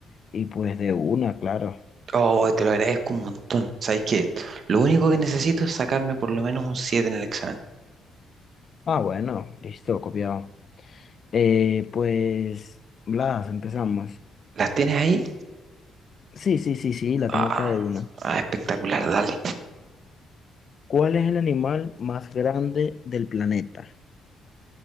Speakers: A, on the left; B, on the right.
A: y pues de una, claro.
B: Oh, te lo agradezco un montón. ¿Sabes qué? Lo único que necesito es sacarme por lo menos un 7 en el examen.
A: Ah, bueno, listo, copiado. Eh, pues, Blas, empezamos.
B: ¿Las tienes ahí?
A: Sí, sí, sí, sí, la tengo
B: Ah,
A: acá de una.
B: ah, espectacular, dale.
A: ¿Cuál es el animal más grande del planeta? <laughs>